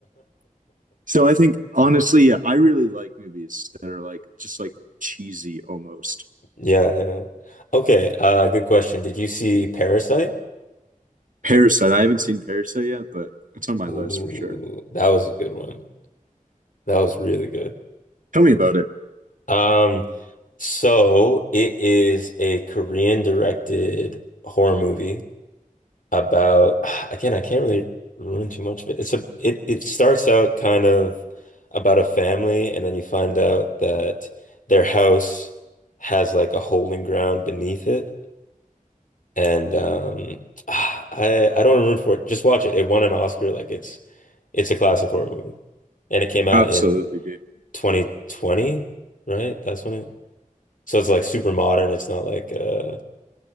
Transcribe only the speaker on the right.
So I think
honestly, yeah, I really like movies that are like just like cheesy almost.
Parasite. I haven't seen Parasite yet, but it's on my
list for sure.
Tell me about it.
Absolutely,
dude.